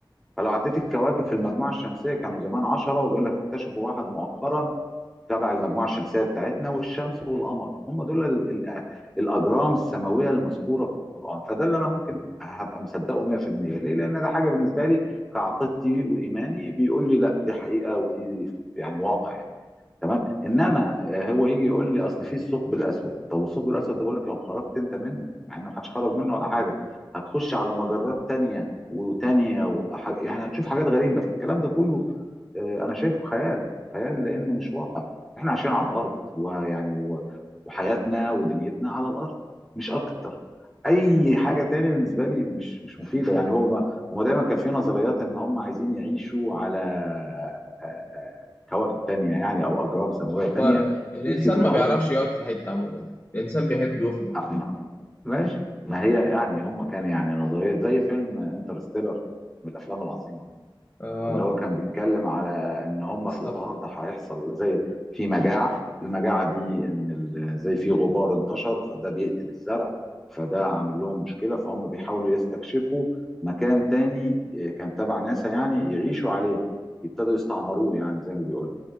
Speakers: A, in the centre; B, on the left (about 25°).
A: فلو عديت الكواكب في المجموعه الشمسيه كانوا زمان 10 وبقول لك اكتشفوا واحد مؤخرا تبع المجموعه الشمسيه بتاعتنا والشمس والقمر هم دول ال- ال- الاجرام السماويه المذكوره في القران فده اللي انا ممكن هبقى مصدقه 100% ليه لان ده حاجه بالنسبه لي كعقيدتي وايماني بيقول لي لا دي حقيقه ودي يعني واقع يعني. تمام انما آه، هو يجي يقول لي اصل في الثقب الاسود طب الثقب الاسود ده بقول لك لو خرجت انت منه مع ان محدش خرج منه ولا حاجه هتخش على مجرات تانية وتانية وح... يعني هتشوف حاجات غريبه فالكلام ده كله آه، انا شايفه خيال خيال لان مش واقع احنا عايشين على الارض ويعني و... وحياتنا ودنيتنا على الارض مش اكتر اي حاجه تانية بالنسبه لي مش مش مفيده يعني هو ما... هما دايما كان في نظريات ان هم عايزين يعيشوا على آه، آه، كواكب تانية يعني او اجرام سماويه
B: هو
A: تانية
B: الانسان
A: ويسيبوا الارض
B: ما بيعرفش يقعد في حته عموما يعني الانسان بيحب يفرق
A: أ-
B: على طول
A: ما- ماشي ما هي يعني هم كان يعني نظريه زي فيلم انترستيلر من الافلام العظيمه
B: اه
A: اللي هو كان بيتكلم على ان هم
B: السفر
A: في الارض هيحصل زي في مجاعه المجاعه دي ان ال- زي في غبار انتشر فده بيقتل الزرع فده عامل لهم مشكله فهم بيحاولوا يستكشفوا مكان تاني آه، كان تبع ناسا يعني يعيشوا عليه يبتدوا يستعمروه يعني زي ما بيقولوا